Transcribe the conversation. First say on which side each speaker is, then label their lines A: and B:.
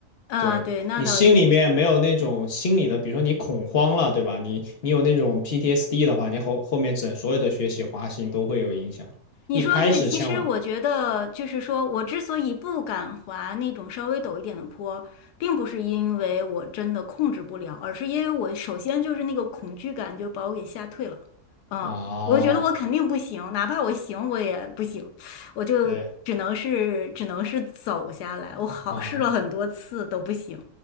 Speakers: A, on the left; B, on the left.
A: 啊，
B: 对，
A: 对，那倒也是，
B: 你心里面没有那种心理的，比如说你恐慌了，对吧？你你有那种 PTSD 的话，你后后面整所有的学习滑行都会有影响。
A: 你说的对，
B: 一开始千万
A: 其实我觉得就是说，我之所以不敢滑那种稍微陡一点的坡，并不是因为我真的控制不了，而是因为我首先就是那个恐惧感就把我给吓退了。嗯，
B: 啊，
A: 我就觉得我肯定不行，哪怕我行，我也不行，我就只能是只能是走下来。
B: 对
A: 我好试了很多次都不行，
B: 啊